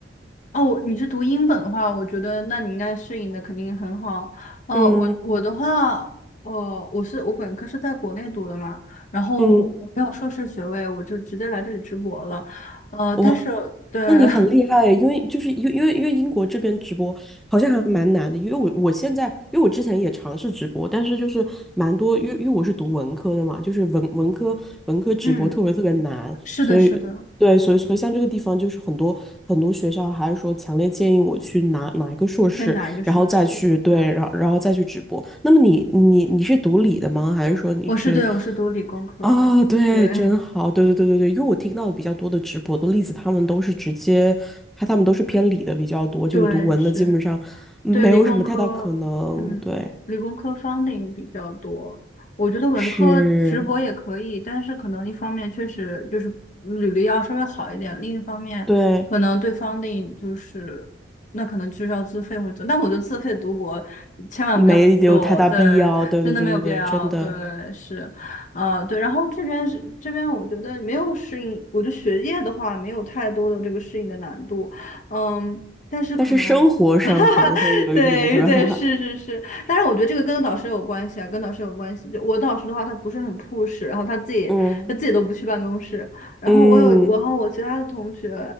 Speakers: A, on the left (about 40°); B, in the centre.
A: 哦，我你是读英本的话，我觉得那你应该适应的肯定很好。呃，
B: 嗯。
A: 我我的话，呃，我是我本科是在国内读的嘛，然后我没有硕士学位，
B: 嗯，
A: 我就直接来这里直博了。呃，
B: 我
A: 但是对，
B: 那你很厉害，因为就是因为因为因为英国这边直播好像还蛮难的，因为我我现在因为我之前也尝试直播，但是就是蛮多，因为因为我是读文科的嘛，就是文文科文科直播特别特别难，
A: <laughs> 嗯，是的，
B: 所以对，
A: 是的，对，
B: 所以所以像这个地方就是很多很多学校还是说强烈建议我去拿拿一个硕士，
A: 在哪一个硕士，
B: 然后再去对，
A: 对，
B: 然后然后再去直播。那么你你你是读理的吗？还是说你是？
A: 我是对，我是读理工科的，
B: 啊，对，
A: 对
B: 真好，对对对对对，因为我听到的比较多的直播的例子，他们都是直接，他他们都是偏理的比较多，
A: <laughs>，
B: 就是读文的基本上没有什么太大可能，
A: 对，是。对，理工科，嗯，
B: 对，
A: 理工科 funding 比较多。我觉得文科直博也可以，
B: 是，
A: 但是可能一方面确实就是履历要稍微好一点，另一方面可能对
B: 对，
A: funding 就是那可能就是要自费或者怎，但我觉得自费读博千万不要做，
B: 没有太大必要，
A: 对，
B: 对对对对对，
A: 真的没有必要，
B: 真的，
A: 对，是，啊，对。然后这边是这边，我觉得没有适应，我觉得学业的话没有太多的这个适应的难度，嗯。但是可能
B: 但是生活上可能会有一点，
A: <laughs> 对对，
B: 是吧？<laughs> 哈
A: 是是是，但是我觉得这个跟导师有关系啊，跟导师有关系。就我的导师的话，他不是很 push，然后他自己他自己都不去办公室。
B: 嗯
A: 然后我有，
B: 嗯。
A: 然后我其他的同学，